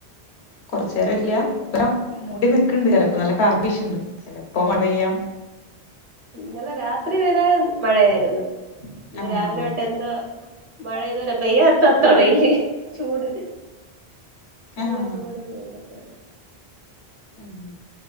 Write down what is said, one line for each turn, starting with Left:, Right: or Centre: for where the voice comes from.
Left: കൊർച്ചേരം ഇല്ല
Right: ആഹ്
Left: ഇപ്പ മൂടി നിക്ക് ണ്ട് ചെലപ്പോ നല്ല കാറ്റ് വീശ്ണ്ട് ചെ ലപ്പോ മഴ പെയ്യാം.
Right: ഇന്നലെ രാത്രി വരെ മഴയായിരുന്ന്. ഇന്ന്
Left: ആഹ്
Right: രാവിലെ തൊട്ട് എന്തോ മഴ ഇതുവരെ പെയ്യാത്തത്ര വെയില് ചൂട്. നല്ല
Left: ആഹ്
Right: ചൂട ഇതൊക്കെ ഉണ്ട്.
Left: ഊം